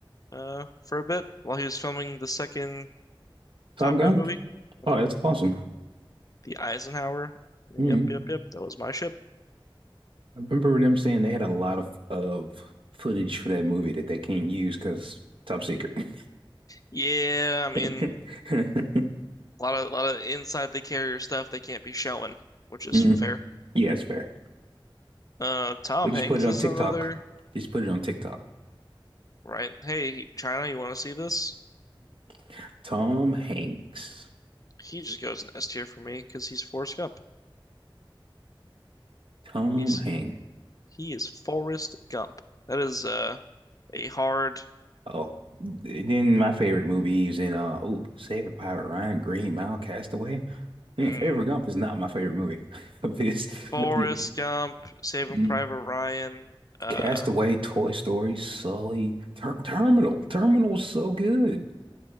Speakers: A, on the left; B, on the right.
A: uh, for a bit while he was filming the second
B: Top
A: Top
B: Gun.
A: Gun movie, Mhm.
B: Oh, that's awesome.
A: the Eisenhower. Yep,
B: hmm
A: yep, yep. That was my ship.
B: I remember them saying they had a lot of of footage for that movie that they can't use because top secret.
A: Yeah, I
B: <laughs>
A: mean, a lot of a lot of inside the carrier stuff they can't be showing, which is
B: Mhm.
A: fair.
B: Yeah, it's fair.
A: Uh, Tom
B: They just
A: Hanks
B: put it
A: is
B: on TikTok.
A: another,
B: Just put it on TikTok.
A: right? Hey, China, you want to see this?
B: <laughs> Tom Hanks.
A: He just goes in S tier for me because he's Forrest Gump.
B: Tom
A: He's
B: Hanks.
A: he is Forrest Gump. That is uh, a hard
B: Oh, then my favorite movie he was in uh oh Saving Private Ryan, Green Mile, Castaway. Man,
A: mm,
B: Favorite Gump is not my favorite movie. <laughs> It's
A: Forrest
B: it-
A: Gump, Saving
B: mm,
A: Private Ryan, uh.
B: Castaway, Toy Story, Sully, Ter Terminal. Terminal was so good.